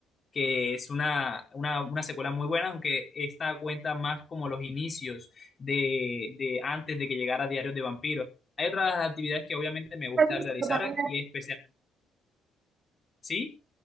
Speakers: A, on the left; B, on the right.
A: que es una, una, una secuela muy buena, aunque esta cuenta más como los inicios de, de antes de que llegara Diarios de Vampiros. Hay otras actividades que obviamente me gusta
B: La he visto
A: realizar
B: También
A: y especial, ¿sí?